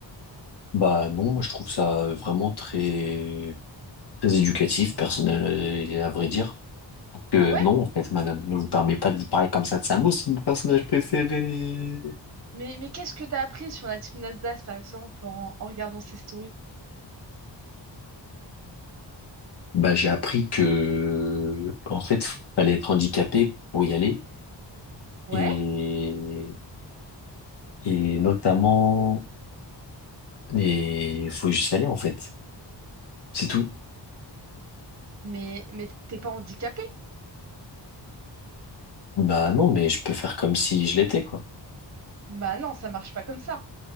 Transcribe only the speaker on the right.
Ah ouais?
Mais, mais qu'est-ce que t'as appris sur la team Nasdaq, par exemple, en, en regardant ses stories?
Ouais,
mais, mais t'es pas handicapé?
Bah non, ça marche pas comme ça.